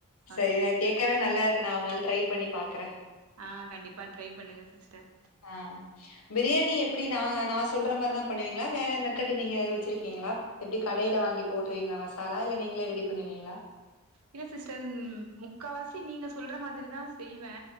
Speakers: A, on the left; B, on the right.
A: சரிதா
B: ஓகே
A: கேக் கவே நல்லா இருக்கு நா ஒரு நாள் ட்ரை பண்ணி பாக்குறே
B: ஆ கண்டிப்பா ட்ரை பண்ணுங்க சிஸ்டர்
A: ஆ பிரியாணி எப்டி நா நா சொல்ற மாரிதா பண்ணுவீங்களா வேற மெத்தடு நீங்க வச்சுருக்கீங்களா எப்டி கடைல வாங்கி போட்ருவிங்ளா மசாலா இல்ல நீங்களே ரெடி பண்ணுவீங்ளா
B: இல்ல சிஸ்டர் ம் முக்காவாசி நீங்க சொல்ற மாதிரிதா செய்வே